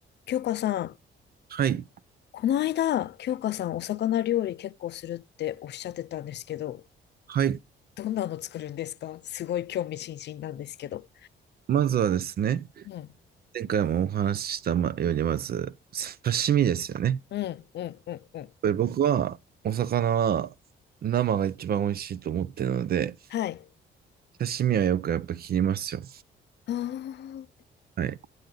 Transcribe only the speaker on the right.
はい。
はい。
まずはですね、
前回もお話ししたまように、まず、刺身ですよね。やっ
ぱり僕は、お魚は生が一番美味しいと思ってるので、
刺身はよくやっぱ切りますよ。
はい。